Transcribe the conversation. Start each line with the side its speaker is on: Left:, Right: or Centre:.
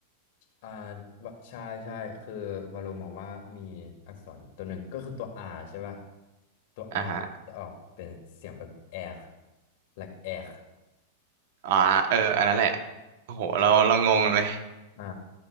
Left: อ่าวะใช่ใช่คือวาโลมองว่ามีอักษรตัวหนึ่งก็คือตัว R ใช่ป่ะตัว
Right: อ่าฮะ
Left: R จะออกเป็นเสียงเป็นแอก like แอก
Right: อ่าเอออันนั้นแหละโอ้โหเราเรางงเลย
Left: ออ่า